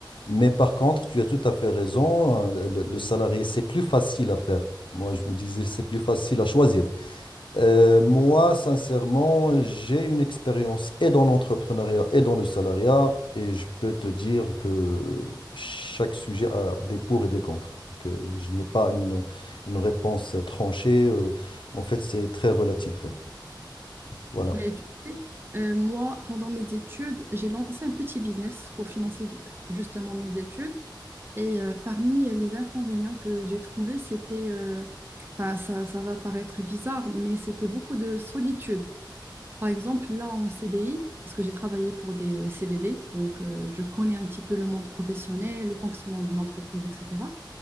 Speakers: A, on the left; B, on the right.
A: Mais par contre, tu as tout à fait raison, euh, le, le- le salarié, c'est plus facile à faire. Moi, je me disais c'est plus facile à choisir. Euh, moi, sincèrement, j'ai une expérience et dans l'entrepreneuriat et dans le salariat, et je peux te dire que chaque sujet a des pour et des contre. Donc, euh, je n'ai pas une, une réponse tranchée. euh, en fait, c'est très relatif. Voilà,
B: Mais tu sais, euh, moi, pendant mes études, j'ai lancé un petit business pour financer justement mes études. Et euh, parmi les inconvénients que j'ai trouvés, c'était, euh, enfin, ça, ça va paraître bizarre, mais c'était beaucoup de solitude. Par exemple, là en CDI, parce que j'ai travaillé pour des CDD, donc euh, je connais un petit peu le monde professionnel, le fonctionnement d'une entreprise, etc.